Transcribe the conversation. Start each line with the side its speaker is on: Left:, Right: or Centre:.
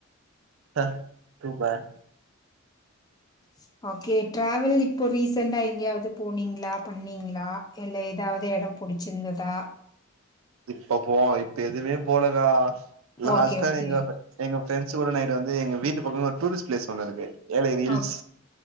Right: த சூப்பர்
Left: ஸ் ஓகே டிராவெல் இப்போ ரீசண்டடா எங்கயாவது போனீங்களா பண்ணீங்களா இல்ல எதாது இடம் பிடிச்சிருந்ததா
Right: இப்ப போவோம் இப்ப எதுவுமே போலக்கா லாஸ்ட்டா
Left: ஓகே ஓகே
Right: நீங்க எங்க ஃப்ரெண்ட்ஸ் கூட நைட்டு வந்து எங்க வீட்டு பக்கம் ஒரு டூரிஸ்ட் ப்ளேஸ் ஒன்னு இருக்கு ஏலகிரி ஹில்ஸ்
Left: ஓ